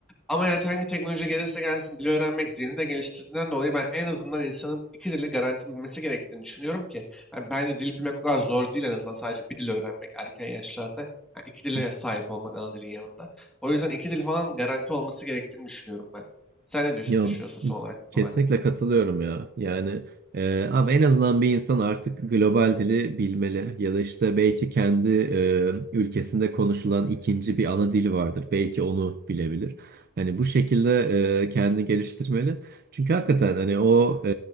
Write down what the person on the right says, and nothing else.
hı.
Ya
kesinlikle
katılıyorum ya. Yani e, abi en azından bir insan artık global dili bilmeli ya da işte belki kendi e, ülkesinde konuşulan ikinci bir ana dili vardır. Belki onu bilebilir. Hani bu şekilde e, kendini geliştirmeli. Çünkü hakikaten hani o e,